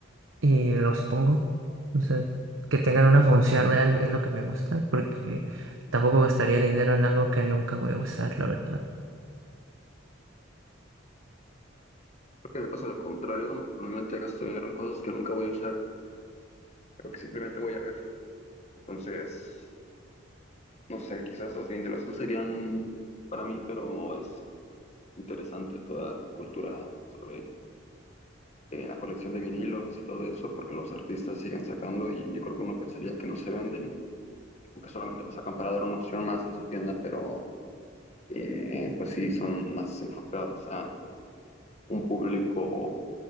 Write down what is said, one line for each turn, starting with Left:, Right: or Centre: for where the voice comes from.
Right: y los pongo. O sea, que tengan una función real es lo que me gusta, porque tampoco gastaría dinero en algo que nunca voy a usar, la verdad.
Left: Que me pasa lo contrario, normalmente gasto dinero en cosas que nunca voy a usar, pero que simplemente voy a ver. Entonces, no sé, quizás los dineros no serían para mí, pero es interesante toda la cultura sobre eh, la colección de vinilos y todo eso, porque los artistas siguen sacando y yo creo que uno pensaría que no se venden o que solamente lo sacan para dar una opción más en su tienda, pero eh, pues sí, son más enfocados a un público